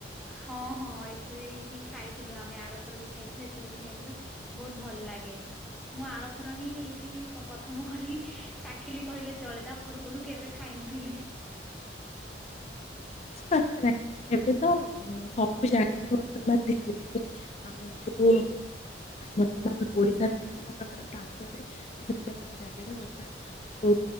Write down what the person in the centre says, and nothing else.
ହଁ ହଁ ଏଥିରେ ଏଠି ଖାଇଥିଲୁ ଆମେ ଆରଥର ବି ଖାଇଥିଲୁ ଏଥର ବି ଖାଇଥିଲୁ ବହୁତ ଭଲ। ଲାଗେ। ମୁଁ ଆରଥର ହିଁ ଏଇଠି ପ୍ରଥମ କରି ଚାଖିଲି କହିଲେ ଚଳେ ତା ପୂର୍ବରୁ କେବେ ଖାଇ ନଥିଲି।